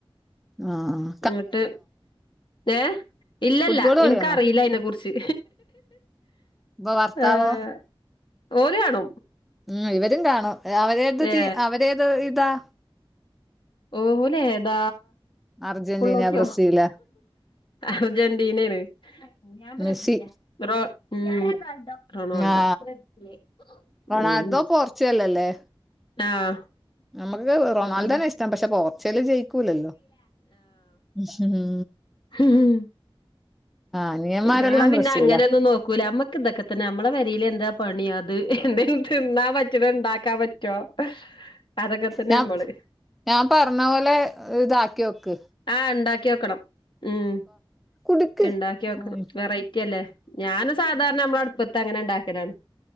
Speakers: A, in the centre; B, on the left.
A: ആഹാ
B: ങ്ങട്ട് ഏഹ് ഇല്ലല്ലാ
A: ഫുട്ബോൾ കളിയാണോ
B: ഇൻക്കറീല്ല അയ്‌നെ കുറ് ച്ച്
A: ഇപ്പൊ ഭർത്താവോ
B: ആഹ് ഓല് കാണും
A: ഉം ഇവരും കാണും അവരത്
B: ഏ
A: തീ അവരേത് ഇതാ
B: ഓല് ഏതാ?
A: അർജന്റീന
B: പുള്ളോത്തി
A: ബ്രസീല്
B: അർജന്റീനേണ് ഞാൻ ബ്റസീൽ.
A: മെസ്സി
B: റെണാ മ് റൊണാൾഡോ
A: ആ
B: മെസ്സി
A: റൊണാൾഡോ
B: മ്
A: പോർച്ചുഗൽ അല്ലേ
B: ആഹ്.
A: നമുക്ക് റൊണാൾഡോനെ
B: ഓല്
A: ഇഷ്ടം പക്ഷെ പോർച്ചുകല് ജയിക്കൂല്ലല്ലോ. ഇശ്വരാ
B: ഹ് ഹ്.
A: അനിയന്മാരെല്ലാം
B: ഞാൻ പിന്നെ
A: ബ്രസീലാ
B: അങ്ങനൊന്നും നോക്കൂല ഞമ്മ ഇതക്കത്തന്നെ നമ്മളെ പെരീൽ എന്താ പണി അത് എന്തെങ്കിലും തിന്നാൻ പറ്റ്ണ ഇണ്ടാക്കാൻ പറ്റോ. അതൊക്കെ തന്നെ
A: ഞാം
B: നമ്മള്
A: ഞാം പറഞ്ഞ പോലെ ഇതാക്കി ഓക്ക്.
B: ആഹ് ഇണ്ടാക്കിഓക്കണം ഉം
A: കുടുക്ക്
B: ഇണ്ടാക്കിഓക്കണം
A: ഉം
B: വെറൈറ്റി അല്ലേ. ഞാന് സാധാരണ നമ്മള അടുപ്പത്ത് അങ്ങനെണ്ടാക്കലാണ്.